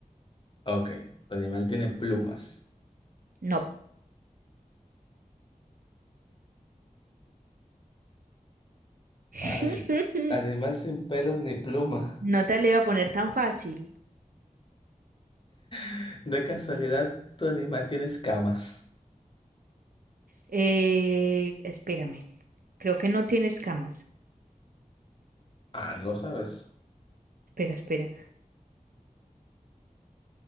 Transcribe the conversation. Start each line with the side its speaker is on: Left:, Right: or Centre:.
Left: Ok. ¿Tu animal tiene plumas?
Right: no. <laughs>
Left: Ay, animal sin pelos ni plumas.
Right: No te le iba a poner tan fácil.
Left: <laughs> De casualidad, ¿tu animal tiene escamas?
Right: Eh, espérame. Creo que no tiene escamas.
Left: Ah, no sabes.
Right: Espera, espera.